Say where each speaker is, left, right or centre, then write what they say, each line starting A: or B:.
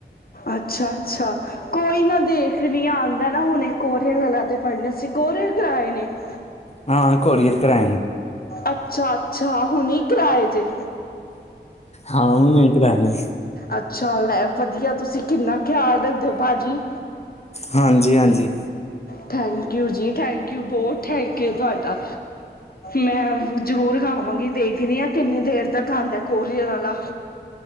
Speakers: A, on the left (about 55°); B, on the left (about 35°).
A: ਅੱਛਾ-ਅੱਛਾ ਕੋਈ ਨਾ ਦੇਖ ਨੀ ਰਹੀ ਏ ਨਾ ਹੁਣੇ ਕੋਰੀਅਰ ਵਾਲਾ ਤੇ ਪਾਈਆਂ ਸੀਂ ਕੋਰੀਅਰ ਕਰਾਏ ਨੇ। <inaudible>
B: ਹਾਂ ਕੋਰੀਅਰ ਕਰਾਏ ਨੇ।
A: ਅੱਛਾ- ਅੱਛਾ ਹੁਣੇ ਕਰਾਏ ਜੇ
B: ਹਾਂ ਹੁਣ ਇੱਕ ਰਹੇਗੇ।
A: ਅੱਛਾ ਲੈ ਵਧੀਆ ਤੁਸੀਂ ਕਿੰਨਾ ਖਿਆਲ ਰੱਖਦੇ ਹੋ ਭਾਜੀ।
B: ਹਾਂਜੀ- ਹਾਂਜੀ
A: ਥੈਂਕ ਯੂ ਜੀ ਥੈਂਕੂ ਕ ਬਹੁਤ ਥੈਂਕ ਯੂ ਤੁਹਾਡਾ ਮੈਂ ਜ਼ਰੂਰ ਖਾਂਵਾਂਗੀ ਦੇਖਦੀ ਹਾਂ। ਕਿੰਨੀ ਦੇਰ ਤੱਕ ਆਉਂਦਾ ਕੋਰੀਅਰ ਆਲਾ।